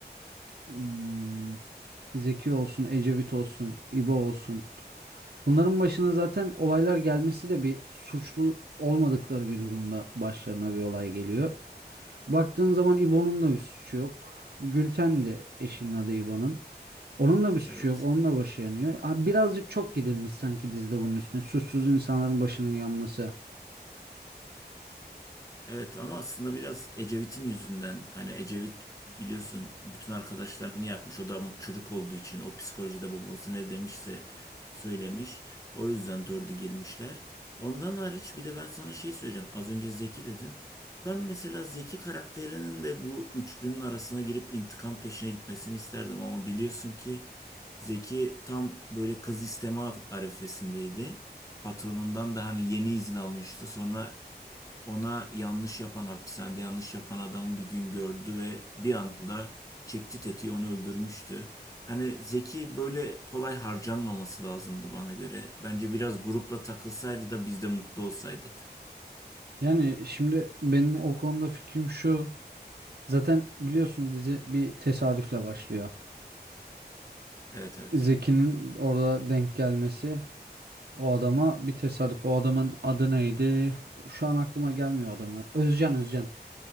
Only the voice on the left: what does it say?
Evet.
Evet ama aslında biraz Ecevit'in yüzünden hani Ecevit biliyorsun bütün arkadaşlarını yakmış. O da ama çocuk olduğu için o psikolojide babası ne demişse söylemiş. O yüzden dördü girmişler. Ondan hariç bir de ben sana şey söyleyeceğim. Az önce Zeki dedin. Ben mesela Zeki karakterinin de bu üçlünün arasına girip intikam peşine gitmesini isterdim ama biliyorsun ki Zeki tam böyle kız isteme arifesindeydi patronundan da hani yeni izin almıştı. Sonra ona yanlış yapan, hapishanede yanlış yapan adamı bir gün gördü ve bir anda çekti tetiği onu öldürmüştü. Hani Zeki böyle kolay harcanmaması lazımdı bana göre. Bence biraz grupla takılsaydı da biz de mutlu olsaydık.
Evet evet.